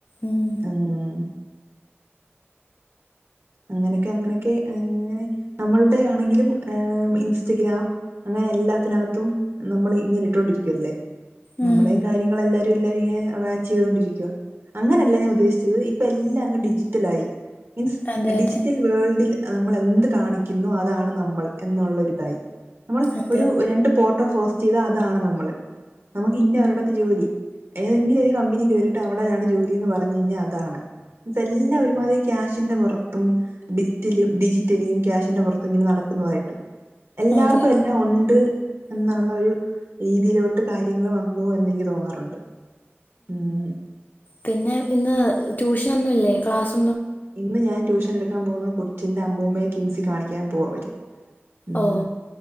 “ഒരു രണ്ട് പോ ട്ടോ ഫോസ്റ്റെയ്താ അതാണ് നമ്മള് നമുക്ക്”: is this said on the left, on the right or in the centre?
Right